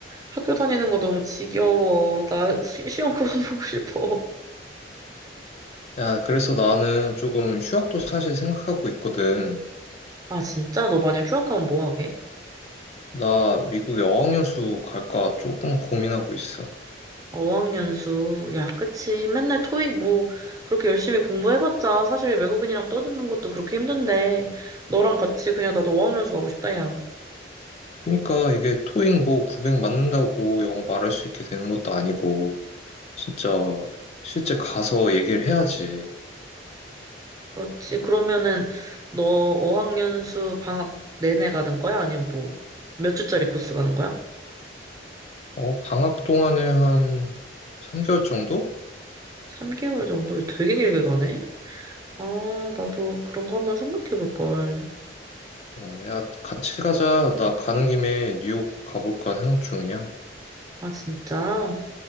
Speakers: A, on the right; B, on the left.
A: 학교 다니는 거 너무 지겨워. 나 시, 시험 그만 <laughs> 보고 싶어.
B: 야, 그래서 나는 조금 휴학도 사실 생각하고 있거든.
A: 아 진짜 너 만약 휴학 가면 뭐 하게?
B: 나 미국에 어학연수 갈까 조금 고민하고 있어.
A: 아, 어학연수 야 그치 맨날 토익 뭐 그렇게 열심히 공부해봤자 사실 외국인이랑 떠드는 것도 그렇게 힘든데 너랑 같이 그냥 나도 어학연수 가고 싶다 야.
B: 그러니까 이게 토익 뭐 900 맞는다고 영어 말할 수 있게 되는 것도 아니고, 진짜 실제 가서 얘기를 해야지.
A: 그렇지. 그러면은 너 어학연수 방학 내내 가는 거야? 아니면 뭐 몇 주짜리 코스 가는 거야?
B: 어, 방학 동안에 한 3개월 정도?
A: 3개월 정도 되게 길게 가네? 아, 나도 그런 거 한번 생각해 볼 걸.
B: 어, 야, 같이 가자. 나 가는 김에 뉴욕 가볼까 생각 중이야.
A: 아, 진짜?